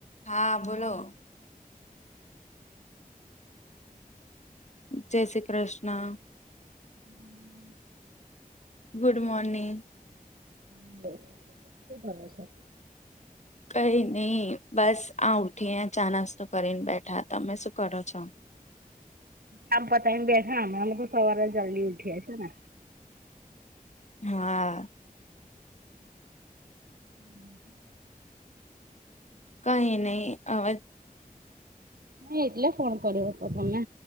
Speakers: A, on the left; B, on the right.
A: હા બોલો. જય શ્રી કૃષ્ણ.
B: હમ્મ.
A: Good morning.
B: <unintelligible> શું કરે છે?
A: કઈ નહી બસ આ ઊઠીને ચા નાસ્તો કરીને બેઠા. તમે શું કરો છો?
B: કામ પતાવીને બેઠા અમે તો સવારે જલ્દી ઉઠીએ છે ને.
A: હા.
B: હમ
A: કઈ નહી હવે
B: ની એટલે ફોન કરો છો તમે?